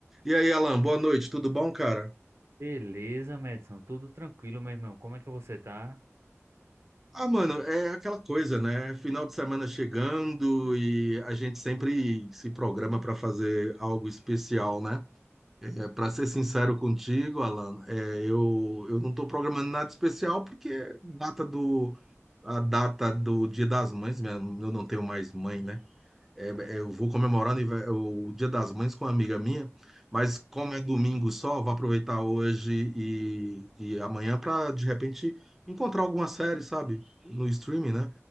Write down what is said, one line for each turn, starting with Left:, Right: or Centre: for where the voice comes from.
Centre: E aí, Alan, boa noite, tudo bom, cara?
Right: Beleza, Madison, tudo tranquilo, meu irmão. Como é que você tá?
Centre: Ah, mano, é aquela coisa, né? Final de semana chegando e a gente sempre se programa para fazer algo especial, né? É, para ser sincero contigo, Alan, é, eu, eu não tô programando nada especial porque data do, a data do Dia das Mães, minha- eu não tenho mais mãe, né? É, é, eu vou comemorar o anive- o Dia das Mães com uma amiga minha, mas como é domingo só, vou aproveitar hoje e, e amanhã para de repente encontrar alguma série, sabe, no streaming, né?